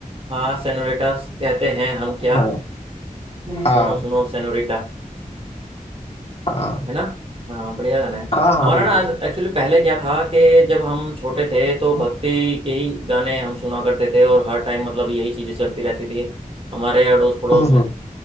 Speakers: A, on the right (about 40°); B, on the left (about 45°).
A: हाँ सेनोरिटा कहते हैं हम क्या
B: हाँ
A: हम्म।
B: हाँ
A: सुनो सुनो सेनोरिटा
B: हाँ
A: है ना हाँ बढ़िया गाना है
B: हाँ हाँ
A: हमारा
B: बिल्कुल
A: ना आज एक्चुअली पहले क्या था कि जब हम छोटे थे तो भक्ति के ही गाने हम सुना करते थे और हर टाइम मतलब यही चीजें चलती रहती थी हमारे अड़ोस पड़ोस
B: हम्म
A: में
B: हम्म